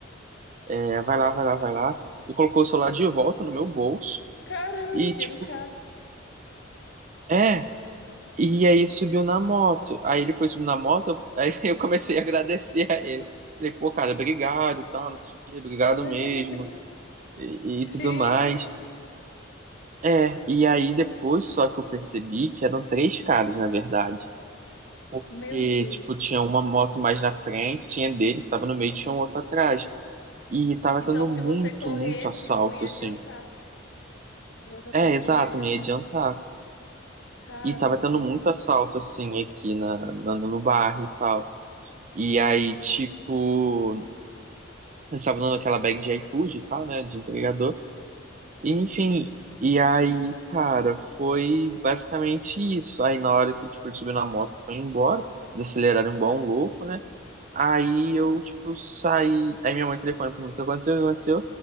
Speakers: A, on the right; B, on the left.
A: É, vai lá, vai lá, vai lá. E colocou o celular de volta no meu bolso.
B: Caramba,
A: E,
B: que
A: tipo,
B: educado.
A: é. E aí subiu na moto. Aí ele foi subir na moto, aí <laughs> eu comecei a agradecer a ele. Falei, pô, cara, obrigado e tal, não sei o quê, obrigado
B: <laughs>
A: mesmo. E,
B: Gente,
A: e tudo mais. É, e aí depois só que eu percebi que eram três caras, na verdade. Porque,
B: meu Deus.
A: tipo, tinha uma moto mais na frente, tinha dele que tava no meio, e tinha um outro atrás. E tava
B: Então,
A: tendo
B: se
A: muito,
B: você corresse,
A: muito assalto,
B: não ia
A: assim.
B: adiantar. Se você
A: É,
B: corresse,
A: exato,
B: não ia adiantar.
A: não ia adiantar.
B: Caramba.
A: E tava tendo muito assalto, assim, aqui na, na- no bairro e tal. E aí, tipo, a gente tava usando aquela bag de iFood e tal, né, de entregador. E, enfim,
B: Sim,
A: e aí, cara, foi basicamente isso. Aí, na hora que, tipo, ele subiu na moto, foi embora, desaceleraram igual bom louco, né? Aí
B: sim.
A: eu, tipo, saí. Aí minha mãe telefona pra mim, o que aconteceu? O que aconteceu?